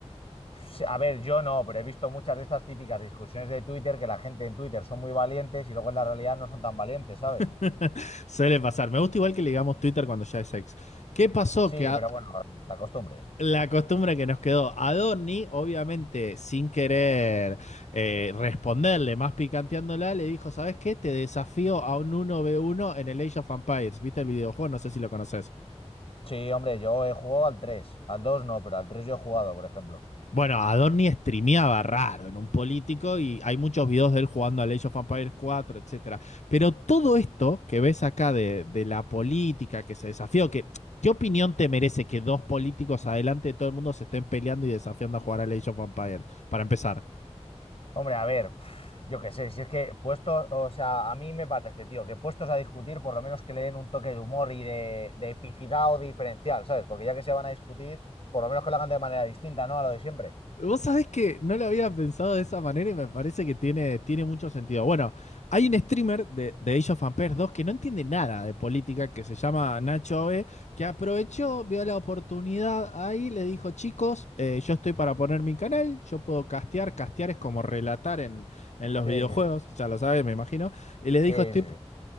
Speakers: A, on the left; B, on the left.
A: Sí, A ver, yo no, pero he visto muchas de estas típicas discusiones de Twitter que la gente en Twitter son muy valientes y luego en la realidad no son tan valientes, ¿sabes?
B: <laughs> Suele pasar. Me gusta igual que le digamos Twitter cuando ya es ex. ¿Qué pasó?
A: Sí,
B: Que a-
A: pero bueno, la costumbre.
B: La costumbre que nos quedó a Donny, obviamente sin querer eh, responderle, más picanteándola, le dijo, ¿sabes qué? Te desafío a un uno v uno en el Age of Empires. ¿Viste el videojuego? No sé si lo conoces.
A: Sí, hombre, yo he jugado al tres al 2 no, pero al 3 yo he jugado, por ejemplo.
B: Bueno, a Donny streameaba raro, en un político, y hay muchos videos de él jugando al Age of Empires cuatro, etcétera. Pero todo esto que ves acá de, de la política, que se desafió, que... ¿Qué opinión te merece que dos políticos adelante de todo el mundo se estén peleando y desafiando a jugar al Age of Empires? Para empezar.
A: Hombre, a ver, <sighs> yo qué sé, si es que puestos, o sea, a mí me parece, tío, que puestos a discutir, por lo menos que le den un toque de humor y de, de epicidad o diferencial, ¿sabes? Porque ya que se van a discutir, por lo menos que lo hagan de manera distinta, ¿no? A lo de siempre.
B: Vos sabés que no lo había pensado de esa manera y me parece que tiene, tiene mucho sentido. Bueno, hay un streamer de, de Age of Empires 2 que no entiende nada de política, que se llama Nacho Ove, que aprovechó, vio la oportunidad ahí, le dijo, chicos, eh, yo estoy para poner mi canal, yo puedo castear, castear es como relatar en, en los
A: Sí,
B: videojuegos,
A: sí, sí.
B: ya lo sabes, me imagino, y les dijo,
A: Sí,
B: estoy...
A: sí, sí.